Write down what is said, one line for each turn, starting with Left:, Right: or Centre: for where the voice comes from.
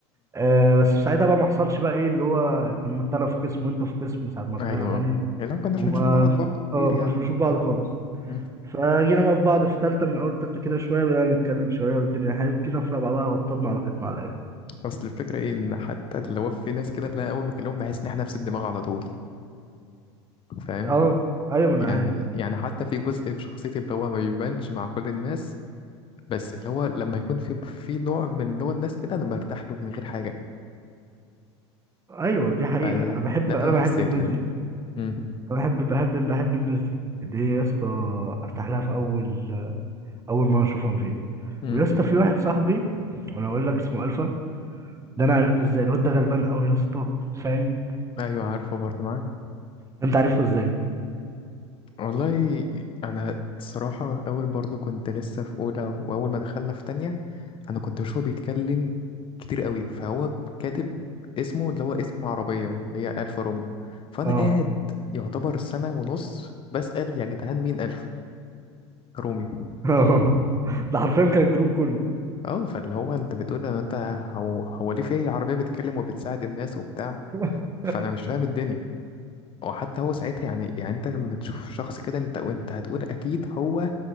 Right: آه بس ساعتها بقى ما حصلش بقى ايه اللي هو كنا انا في قسم وانت في قسم ساعة ما طلعنا
Left: ايوه
Right: تاني
Left: يعني لو كناش
Right: وما
Left: بنشوف
Right: <laughs>
Left: بعض برضه كتير
Right: اه ما
Left: يعني
Right: كناش بنشوف بعض خالص
Left: مم.
Right: فجينا بقى في بعض في تالتة من أول تالتة كده شوية بدأنا نتكلم شوية والدنيا حلوة جينا في رابعة بقى وطدنا على ختم على الآخر
Left: اصل الفكره ايه ان حتى اللي هو في ناس كده تلاقي اول ما اكلمهم بحس ان احنا نفس الدماغ على طول فاهم
Right: اه أيوة ما أنا
Left: يعني
Right: عارف
Left: يعني حتى في جزء في شخصيتي اللي هو ما بيبانش مع كل الناس بس اللي هو لما يكون في في نوع من نوع الناس كده انا برتاح له من غير حاجه
Right: ايوه دي حقيقه
Left: فده
Right: انا بحب
Left: اللي
Right: انا
Left: انا حسيته
Right: بحب الناس
Left: يعني
Right: دي
Left: امم
Right: انا بحب بحب بحب الناس دي اللي هي يا اسطى ارتاح لها في اول اول مره اشوفهم فيها
Left: امم
Right: ويا اسطى في واحد صاحبي وانا اقول لك اسمه الفا ده انا عرفته ازاي الواد ده غلبان قوي يا اسطى فاهم
Left: ايوه عارفه برضه معاك
Right: ده انت عرفته ازاي
Left: والله انا الصراحه اول برضو كنت لسه في اولى واول ما دخلنا في تانية انا كنت بشوفه بيتكلم كتير قوي فهو كاتب اسمه اللي هو اسم عربيه اللي هي الفا روميو فانا
Right: اه
Left: قاعد يعتبر سنه ونص بسال يا جدعان مين الفا روميو
Right: <laughs> ده حرفيا كان الجروب كله
Left: اه فاللي هو انت بتقول لو انت هو هو ليه في عربيه بتتكلم وبتساعد الناس وبتاع
Right: <laughs>
Left: فانا مش فاهم الدنيا وحتى هو ساعتها يعني يعني انت لما تشوف شخص كده انت وانت هتقول اكيد هو